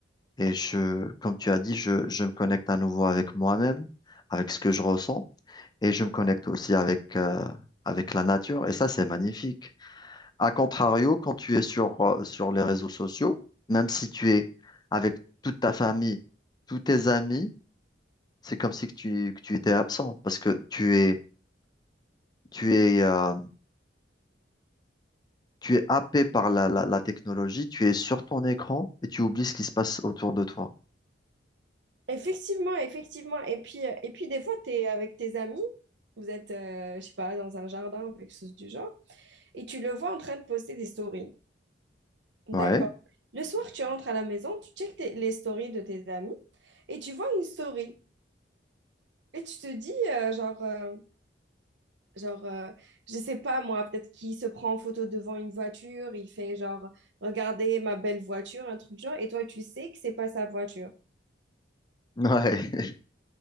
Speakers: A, on the left; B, on the right.
A: et je, comme tu as dit, je, je me connecte à nouveau avec moi-même, avec ce que je ressens et je me connecte aussi avec, euh, avec la nature. Et ça, c'est magnifique. A contrario, quand tu es sur, euh, sur les réseaux sociaux, même si tu es avec toute ta famille, tous tes amis, c'est comme si que tu, que tu étais absent parce que tu es, tu es, euh, tu es happé par la, la, la technologie, tu es sur ton écran et tu oublies ce qui se passe autour de toi.
B: Effectivement, effectivement. Et puis, euh, et puis des fois, tu es avec tes amis, vous êtes, euh, je sais pas, dans un jardin ou quelque chose du genre, et tu le vois en train de poster des stories. D'accord.
A: Ouais,
B: Le soir, tu rentres à la maison, tu checkes tes- les stories de tes amis, et tu vois une story. Et tu te dis, euh, genre, euh, Genre, euh, je sais pas moi, peut-être qu'il se prend en photo devant une voiture, il fait genre, regardez ma belle voiture, un truc du genre, et toi tu sais que c'est pas sa voiture.
A: ouais,